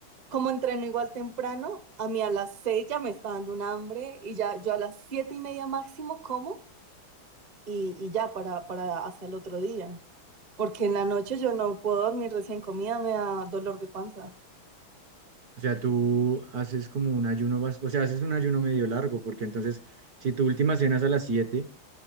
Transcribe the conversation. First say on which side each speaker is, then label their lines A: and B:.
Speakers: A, on the right; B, on the right.
A: Como entreno igual temprano, a mí a las 6 ya me está dando un hambre y ya yo a las siete y media máximo como y, y ya para, para hasta el otro día. Porque en la noche yo no puedo dormir recién comida, me da dolor de panza.
B: O sea, tú haces como un ayuno, bas- o sea, haces un ayuno medio largo, porque entonces, si tu última cena es a las 7